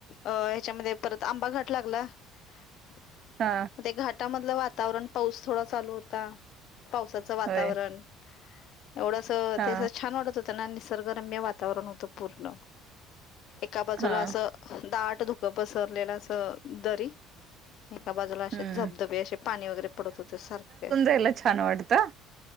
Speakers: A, on the left; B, on the right.
A: ह्याच्यामध्ये परत आंबा घाट लागला. <inaudible>
B: हा
A: ते घाटामधलं वातावरण पाऊस थोडा चालू होता पावसाचं वातावरण.
B: होय
A: एवढंस
B: हा
A: तेअस छान वाटत होतं ना निसर्गरम्य वातावरण होतं पूर्ण. एका बाजूला
B: हा
A: असं दाट धुकं पसरलेलं अस दरी एका बाजुला असे
B: हम्म
A: धबधबे असे पाणी वगैरे पडत होते सारखे
B: त्याला छान वाटता.